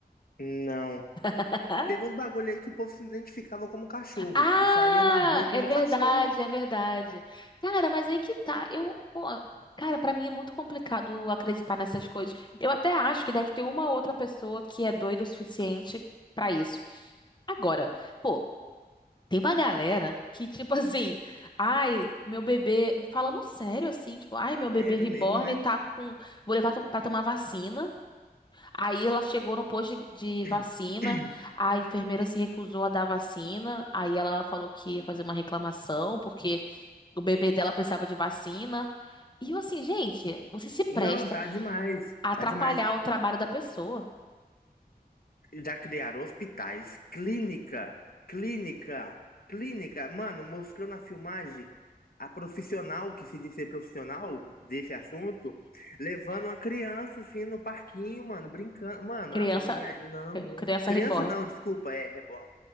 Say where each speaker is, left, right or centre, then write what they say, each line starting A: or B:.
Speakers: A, on the left; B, on the left.
A: Não.
B: <laughs>
A: Teve uns bagulho aí que o povo se identificava como cachorro
B: Ah,
A: e saía na rua como
B: é verdade,
A: cachorro.
B: é verdade. Cara, mas aí que tá. Eu, pô, cara, pra mim é muito complicado acreditar nessas coisas. Eu até acho que deve ter uma outra pessoa que é doida o suficiente pra isso. Agora, pô, tem uma galera que, tipo <laughs> assim, ai, meu bebê, falando sério assim, tipo, ai, meu bebê
A: Sério
B: reborn
A: mesmo, né?
B: tá com, vou levar to- pra tomar vacina. Aí ela chegou no posto de de
A: <clears throat>
B: vacina, a enfermeira se recusou a dar vacina, aí ela falou que ia fazer uma reclamação porque o bebê dela precisava de vacina. E eu assim, gente, você se presta
A: Não, tá demais.
B: a atrapalhar
A: Tá demais.
B: o trabalho da pessoa.
A: Já criaram hospitais, clínica, clínica, clínica. Mano, mostrou na filmagem a profissional que se diz ser profissional desse assunto, levando uma criança assim no parquinho, mano, brincando. Mano,
B: Criança,
A: ah não, minha... não,
B: cri-
A: não.
B: criança
A: Criança
B: reborn,
A: não, desculpa, é reborn.